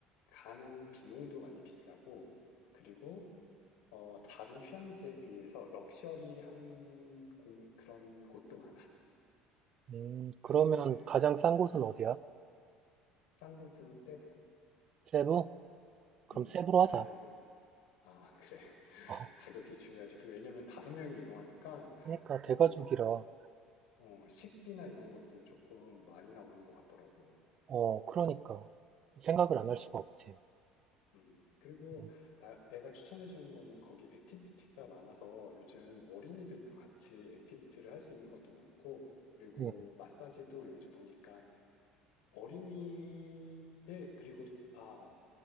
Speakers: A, on the left; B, on the right.
A: 가는 비용도 많이 비싸고, 그리고, 어, 다른 휴양지에 비해서 럭셔리한 공- 그런 곳도 많아.
B: 음, 그러면
A: 그,
B: 가장 싼 곳은 어디야?
A: 싼 곳은 세부.
B: 세부? 그럼
A: 음,
B: 세부로 하자.
A: 가격은, 아, 그래. <laughs>
B: <laughs>
A: 가격이 중요하지. 그리고 왜냐면 다섯 명이 이동하니까,
B: 그러니까 대가족이라
A: 어, 어, 식비나 이런 것도 조금 많이 나오는 것 같더라고.
B: 어 그러니까 생각을
A: 음.
B: 안 할 수가 없지.
A: 음, 그리고
B: 응,
A: 나, 내가 추천해 주는 거는 거기 액티비티가 많아서 요즘 어린이들도 같이 액티비티를 할 수 있는 것도 많고, 그리고
B: 응,
A: 마사지도 요즘 보니까 어린이들, 그리고, 아,